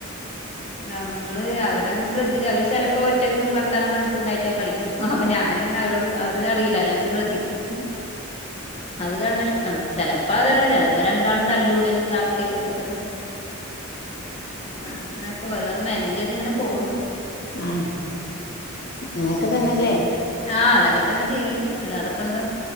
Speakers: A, on the left; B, on the left.
A: നമ്മള് അവരെ ശ്രദ്ധി അവര് ചിലപ്പോ ഒറ്റക്ക് ഭർത്താനം പറഞ്ഞിട്ടും നൈറ്റ്റൊക്കെ കളിക്കും അപ്പൊ ഞാന് അങ്ങനെ അവരോട് അവര് അറില്ല ഞാൻ ങ്ങനെ ശ്രദ്ധിക്കും അത് കാണണ് ഇഷ്ട്ടാണ് ചലപ്പോ അതല്ല ചലപ്പോ രണ്ടാളും തല്ലൂടല് ഇതാക്കല് അതൊക്ക തന്നെ ങ്ങനൊക്ക ഓരോന്ന് മാനേജ് ചെയ്ത് ഇങ്ങനെ പോണു
B: ആഹ് അങ്ങനൊക്ക തന്നെല്ലേ
A: ആഹ് അതൊക്കതന്നെ ജീവിതം അല്ലാതെ ഇപ്പൊ എന്താ